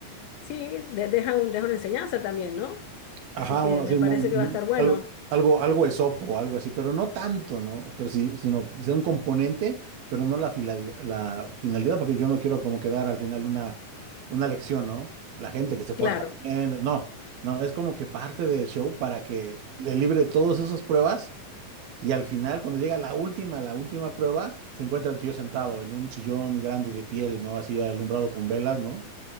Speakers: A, on the left; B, on the right.
A: sí, de- deja un, deja una enseñanza también, ¿no?
B: Ajá,
A: Así que
B: o así,
A: me parece
B: mu- mu-
A: que va a estar bueno,
B: algo, algo, algo esopo, algo así, pero no tanto, ¿no? Pero sí, sino que sea un componente, pero no la, filadi- la finalidad, porque yo no quiero como quedar al final una, una lección, ¿no? La gente que se porta
A: claro.
B: bien, no, no, es como que parte del show para que le libre todas esas pruebas y al final, cuando llega la última, la última prueba, se encuentra el tío sentado en un sillón grande de piel, ¿no? Así alumbrado con velas, ¿no?